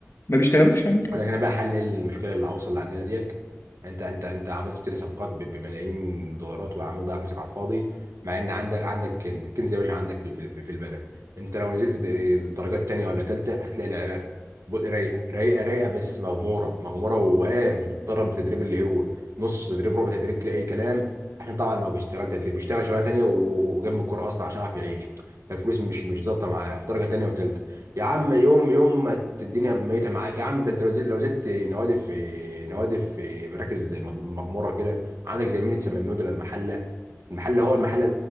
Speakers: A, on the left; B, on the right.
A: ما بيشتغلوش يعني
B: اقول لك انا بقى حل إيه المشكله العويصه اللي عندنا ديت انت انت انت عملت تشتري صفقات ب- بملايين دولارات وعمال تضيع فلوسك على الفاضي مع ان عندك عندك كنز الكنز يا باشا عندك في في, في, في البلد انت لو نزلت د- درجات تانية ولا تالتة هتلاقي لعيبه ب- رايقه رايقه رايقه بس مغموره مغموره واه مش بتتدرب بتدريب اللي هو نص تدريب ربع تدريب كده اي كلام عشان طبعا هو بيشتغل تدريب بيشتغل شغلانه تانية و- و- وجنب الكوره اصلا عشان يعرف يعيش فالفلوس مش مش ظابطه معاه في درجه تانية وتالتة يا عم يوم يوم ما الدنيا ميته معاك يا عم ده انت لو زلت لو زلت نوادي في نوادي في مراكز مغموره كده عندك زي مينيت سمنود ولا المحله المحله هو المحله